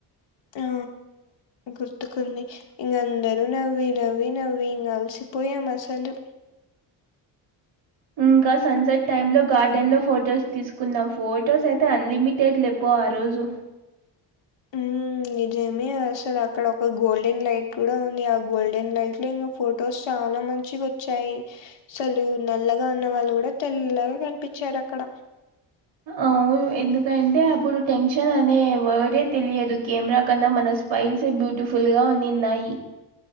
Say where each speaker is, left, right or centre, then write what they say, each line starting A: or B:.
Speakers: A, on the left (about 60°); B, on the right (about 65°).
A: ఆ గుర్తుకుంది ఇక అందరూ నవ్వి నవ్వి నవ్వి ఇంకా అలిసిపోయాం అసలు
B: ఇంకా సన్సెట్ టైమ్ లో గార్డెన్ లో ఫొటోస్ తీసుకున్నాం ఫొటోస్ అయితే అన్లిమిటెడ్ అబో ఆ రోజు
A: ఉమ్ నిజమే అసలు అక్కడ ఒక గోల్డెన్ లైట్ కూడా ఉంది ఆ గోల్డెన్ లైట్ లో ఫొటోస్ చాన మంచిగొచ్చాయి అసలు నల్లగా ఉన్న వాళ్ళు కూడా తెల్లగా కనిపించారు అక్కడ
B: అవును ఎందుకంటే అప్పుడు టెన్షన్ అనే వర్డే తెలియదు కెమెరా కన్నా మన ఫైల్సే బ్యూటిఫుల్ గా ఉన్నిన్నాయి